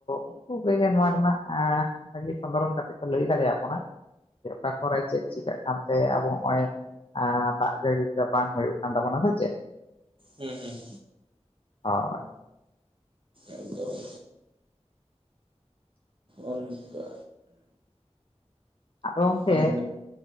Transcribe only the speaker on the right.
ᱦᱮᱸᱻᱦᱮᱸ
ᱮᱠᱫᱚᱢ ᱚᱱᱠᱟ
ᱛᱟᱦᱚᱞᱮ